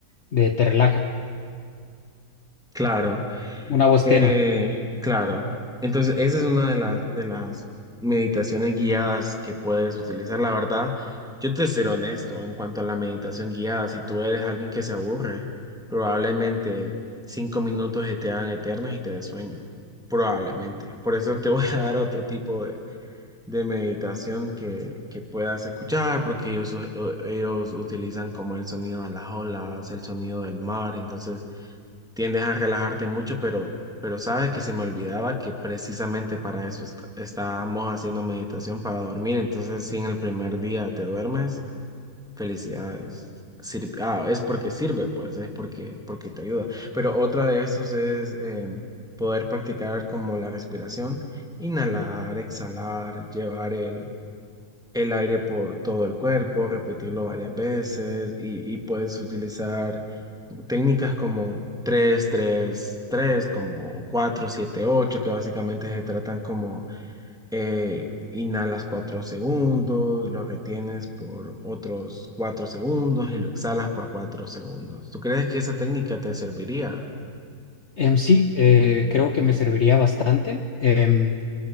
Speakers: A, on the left (about 50°); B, in the centre.
A: de te relaja,
B: Claro.
A: una voz
B: Eh,
A: tenue.
B: claro. Entonces, esa es una de las, de las meditaciones guiadas que puedes utilizar. La verdad, yo te seré honesto en cuanto a la meditación guiada. Si tú eres alguien que se aburre, probablemente cinco minutos se te hagan eternos y te des sueño. Probablemente. Por eso te voy <laughs> a dar otro tipo de, de meditación que, que puedas escuchar, porque ellos, eh, ellos utilizan como el sonido de las olas, el sonido del mar. Entonces, tiendes a relajarte mucho, pero, pero sabes que se me olvidaba que precisamente para eso est- estábamos haciendo meditación para dormir. Entonces, si en el primer día te duermes, felicidades. Sir- ah, es porque sirve, pues, es porque, porque te ayuda. Pero otra de estos es eh, poder practicar como la respiración, inhalar, exhalar, llevar el el aire por todo el cuerpo, repetirlo varias veces y, y puedes utilizar técnicas como tres tres tres como cuatro siete ocho que básicamente se tratan como eh, inhalas 4 segundos, lo retienes por otros 4 segundos y lo exhalas por 4 segundos. ¿Tú crees que esa técnica te serviría?
A: Em, sí, eh, creo que me serviría bastante. Em,